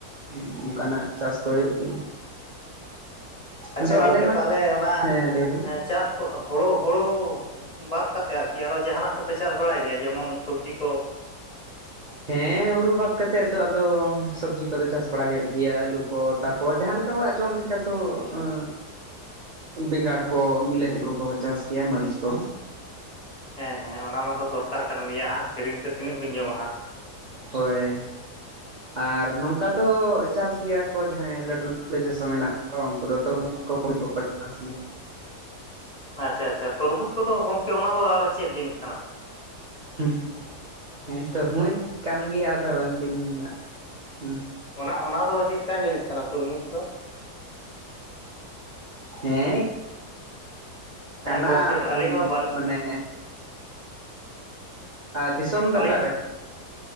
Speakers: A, on the right; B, on the left.
A: ᱦᱩᱸ ᱚᱝᱠᱟᱱᱟᱜ ᱪᱟᱥ ᱠᱚ ᱦᱩᱭᱩᱜ ᱜᱮᱭᱟ᱾
B: ᱟᱪᱪᱷᱟ
A: ᱟᱫᱚ
B: ᱜᱚᱝᱠᱮ
A: ᱟᱞᱮ ᱢᱟ
B: ᱛᱟᱦᱚᱞᱮ ᱚᱱᱟ
A: ᱦᱮᱸ ᱞᱟᱹᱭ ᱵᱮᱱ
B: ᱮ ᱪᱟ ᱦᱳᱲᱳ ᱦᱩᱲᱳ ᱵᱟᱫ ᱠᱟᱛᱮᱫ ᱟᱨᱠᱤ ᱟᱨᱚ ᱡᱟᱦᱟᱱᱟᱜ ᱠᱚᱯᱮ ᱪᱟᱥ ᱵᱟᱲᱟᱭ ᱜᱮᱭᱟ ᱡᱮᱢᱚᱱ ᱥᱚᱵᱽᱡᱤ ᱠᱚ?
A: ᱦᱮᱸ ᱦᱩᱲᱩ ᱵᱟᱫ ᱠᱟᱛᱮᱫ ᱫᱚ ᱟᱫᱚ ᱥᱚᱵᱽᱡᱤ ᱠᱚᱫᱚ ᱪᱟᱥ ᱵᱟᱲ ᱦᱩᱭᱩᱜ ᱜᱮᱭᱟ, ᱟᱹᱞᱩ ᱠᱚ ᱛᱟᱨᱯᱚᱨ ᱡᱟᱦᱟᱸ ᱞᱮᱠᱟ ᱚᱲᱟᱜ ᱡᱚᱢ ᱞᱮ ᱠᱟ ᱫᱚ ᱟᱸ
B: <inaudible>
A: ᱵᱮᱸᱜᱟᱲ ᱠᱚ ᱵᱤᱞᱟᱹᱛᱤ ᱠᱚ ᱠᱚ ᱪᱟᱥ ᱜᱮᱭᱟ ᱢᱟᱹᱨᱤᱪ ᱠᱚ᱾
B: ᱦᱮᱸ ᱦᱮᱸ ᱚᱱᱟ ᱢᱟᱛᱚ ᱫᱚᱨᱠᱟᱨ ᱠᱟᱱ ᱜᱮᱭᱟ ᱦᱟᱸᱜ ᱠᱤᱨᱤᱧ ᱛᱮ ᱛᱤᱱᱟᱹᱜ ᱵᱤᱱ ᱡᱚᱢᱟ ᱦᱟᱸᱜ᱾
A: ᱦᱳᱭ᱾ ᱟᱨ ᱱᱚᱝᱠᱟ ᱫᱚ ᱪᱟᱥ ᱜᱮᱭᱟ ᱠᱚ ᱡᱟᱦᱟᱸᱭ ᱞᱟᱹᱴᱩ ᱞᱟᱹᱴᱩ ᱪᱟᱥᱚ ᱢᱮᱱᱟᱜ ᱠᱚ ᱩᱝᱠᱩ ᱫᱚ ᱛᱚᱨᱢᱩᱡ ᱠᱚ ᱠᱚᱯᱤ ᱠᱚᱠᱚ ᱪᱟᱥ ᱜᱮᱭᱟ ᱾
B: ᱟᱪᱪᱷᱟ ᱟᱪᱪᱷᱟ ᱛᱚᱨᱵᱩᱡᱽ ᱠᱚᱫᱚ ᱜᱚᱝᱠᱮ ᱚᱱᱟ ᱫᱚ ᱟᱨᱚ ᱪᱮᱫ ᱡᱤᱱᱤᱥ ᱠᱟᱱᱟ?
A: ᱦᱩᱸ ᱦᱮᱸ ᱛᱩᱨᱢᱩᱡ ᱠᱟᱱ ᱜᱮᱭᱟ ᱟᱫᱚ ᱫᱷᱚᱨᱚᱱ ᱫᱤᱱ ᱱᱟᱜ ᱦᱩᱸ᱾
B: ᱚᱱᱟ ᱚᱱᱟ ᱫᱚ ᱪᱮᱫ ᱠᱟᱱ ᱡᱤᱱᱤᱥ ᱠᱟᱱᱟ ᱛᱩᱨᱢᱩᱡᱽ ᱫᱚ?
A: ᱦᱮᱸ ᱠᱟᱱᱟ
B: ᱦᱮᱸ ᱜᱚᱢᱠᱮ
A: ᱚᱧ
B: ᱟᱹᱞᱤᱧ ᱢᱟ ᱵᱟᱹᱞᱤᱧ
A: ᱢᱟᱱᱮ ᱫᱤᱥᱚᱢ ᱫᱚ
B: ᱟᱞᱤᱧ
A: ᱚᱠᱟᱨᱮ